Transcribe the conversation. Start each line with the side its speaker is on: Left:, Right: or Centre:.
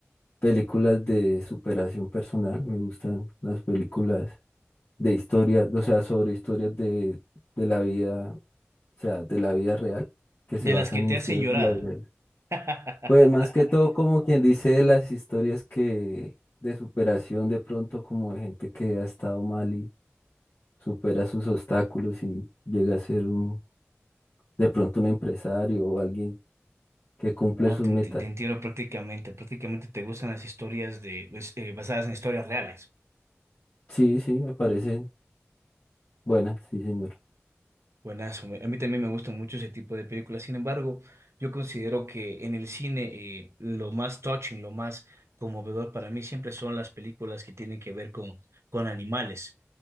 Left: películas de superación personal, me gustan las películas de historia, o sea, sobre historias de, de la vida, o sea, de la vida real, que
Right: De
Left: se basan
Right: las que te
Left: en historias
Right: hacen llorar.
Left: de la vida real.
Right: <laughs>
Left: Pues más que todo, como quien dice, de las historias que de superación de pronto, como de gente que ha estado mal y supera sus obstáculos y llega a ser un, de pronto un empresario o alguien que cumple
Right: Ah,
Left: sus
Right: te,
Left: metas.
Right: te- te entiendo prácticamente, prácticamente te gustan las historias de, pues, eh, basadas en historias reales.
Left: Sí, sí, me parecen buenas, sí, señor.
Right: Buenazo, me- a mí también me gusta mucho ese tipo de películas. Sin embargo, yo considero que en el cine eh, lo más touching, lo más conmovedor para mí siempre son las películas que tienen que ver con, con animales.